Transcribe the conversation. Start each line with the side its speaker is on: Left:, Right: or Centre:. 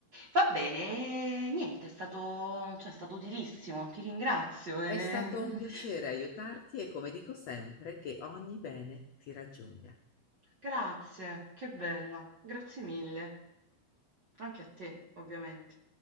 Right: Va bene, niente, è stato cioè è stato utilissimo, ti ringrazio, ehm
Left: È stato un piacere
Right: <laughs>
Left: aiutarti e come dico sempre, che ogni bene ti raggiunga.
Right: Grazie, che bella, grazie mille. Anche a te, ovviamente.